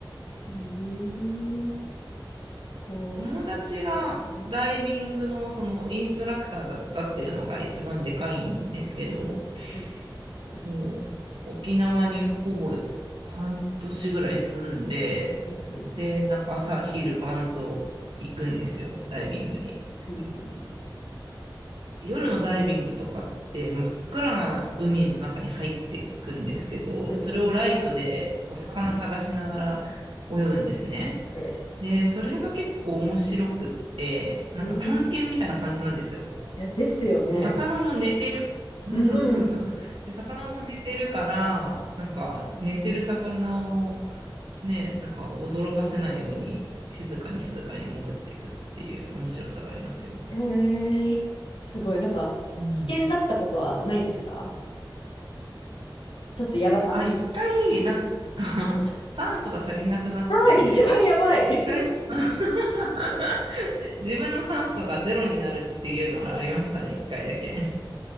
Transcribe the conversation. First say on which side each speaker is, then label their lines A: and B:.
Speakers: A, on the left (about 75°); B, on the right (about 85°).
A: えー、すご
B: 友達がダイビングのそのインストラクターだったっていうのが一番でかいんですけど、
A: い。うんうんうん
B: そう、沖縄にほぼ半年ぐらい住んで、
A: うんうん
B: で、なんか朝昼晩と行くんですよ、ダイビングに。
A: うんうん
B: 夜のダイビングとかって真っ暗な海の中に入っていくんですけど、
A: うんうん
B: それをライトでお魚探しながら泳ぐんですね。
A: え
B: で、それが結構面白くって、なんか探検みたいな感じなんですよ。
A: ーうんいや、ですよね。
B: で、魚も寝てる。<laughs> うんそうそうそう。
A: うんうん。
B: で、魚も寝てるから、なんか寝てる魚をね、なんか驚かせないように静かに静かに潜っていくっていう面白さがありますよ。
A: へえ、すごい。なんか、
B: うん。
A: 危険だったことはないですかちょっとやばかっ
B: 一見あ、一回、なんか <laughs> 酸素が足りなくなって、
A: た。ああ、一番やばい。
B: 一回
A: <laughs> え
B: <laughs> 自分の酸素がゼロになるっていうのがありましたね、一回だけ。